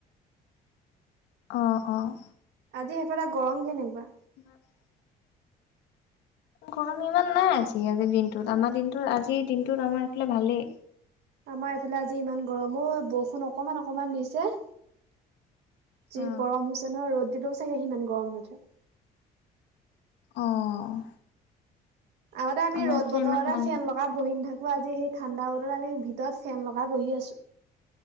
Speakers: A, on the left; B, on the right.
A: অ'অ'
B: আজি সেইফালে গৰম কেনেকুৱা?
A: <inaudible> গৰম ইমান নাই আজি, আজিৰ দিনটোত আমাৰ দিনটো আজিৰ দিনটোত আমাৰ এইফালে ভালেই।
B: আমাৰ এইফালে আজি ইমান গৰম অ'বৰষুণ অকমান, অকমান দিছে। যি
A: অ
B: গৰম হৈছে নহয়, ৰ'দ দিলওঁ চাগে সিমান গৰম নুঠে।
A: অ',
B: আগতে আমি
A: আমাৰ
B: ৰ'দ
A: এইফালে
B: বতৰতে
A: ইমান নাই
B: ফেন লগাই বহিম অ'আজি সেই ঠাণ্ডা বতৰ আমি ভিতৰত ফেন লগাই বহি আছোঁ।